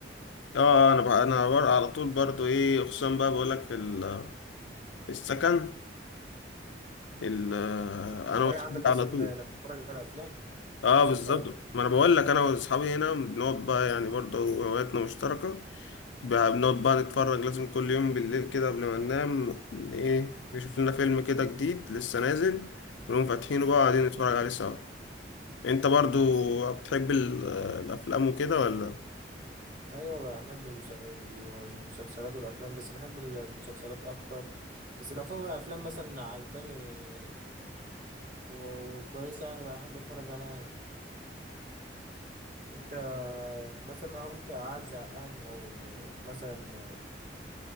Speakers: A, on the left (about 85°); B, on the right (about 45°).
A: آه أنا بقى أنا بر- على طول برضو إيه خصوصا بقى بقولك في, ال... في السكن ال... أنا
B: هواية
A: وأصحابي
B: عندك أصلا
A: على طول
B: إنك تتفرج على أفلام
A: آه
B: ومسلسلات
A: بالظبط ما أنا بقولك أنا وأصحابي هنا بنقعد بقى يعني برضو هواياتنا مشتركة بقى بنقعد بقى نتفرج لازم كل يوم بالليل كده قبل ما ننام إيه نشوف لنا فيلم كده جديد لسه نازل ونقوم فاتحينه بقى قاعدين نتفرج عليه سوا انت برضو بتحب ال- الافلام وكده ولا
B: ايوه بحب المس- المسلسلات والافلام بس بحب المسلسلات اكتر بس لو في افلام مثلا عجباني وكويسه يعني بحب اتفرج عليها انت مثلا لو انت قاعد زهقان او م- مثلا